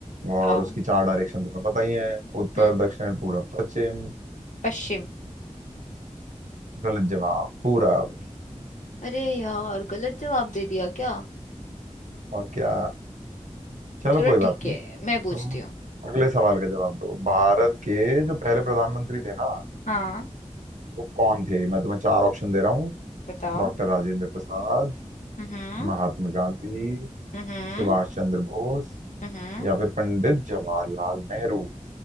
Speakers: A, on the right; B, on the left.
A: और
B: आओ
A: उसकी चार डायरेक्शन तुम्हें पता ही है उत्तर
B: हम्म
A: दक्षिण पूरब पश्चिम
B: पश्चिम
A: गलत जवाब पूरब
B: अरे यार गलत जवाब दे दिया क्या
A: और क्या चलो
B: चलो
A: कोई बात
B: ठीक
A: नहीं
B: है मैं पूछती
A: तुम
B: हूँ
A: अगले सवाल का जवाब दो भारत के जो पहले प्रधानमंत्री थे ना
B: हाँ
A: वो कौन थे मैं तुम्हें चार ऑप्शन दे रहा हूँ
B: बताओ
A: डॉक्टर राजेंद्र प्रसाद
B: हम्म
A: महात्मा गांधी
B: हम्म
A: सुभाष चंद्र बोस
B: हम्म
A: या फिर पंडित जवाहरलाल नेहरू